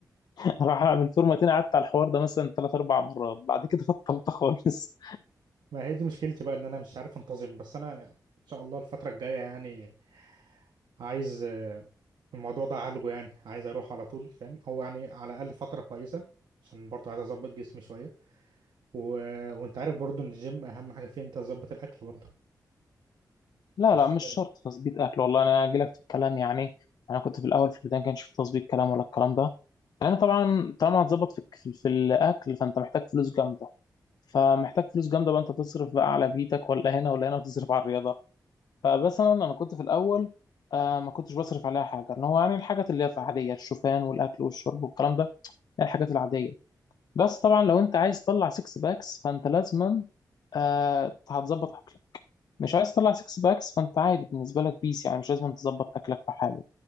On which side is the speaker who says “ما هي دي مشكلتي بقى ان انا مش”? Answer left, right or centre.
Right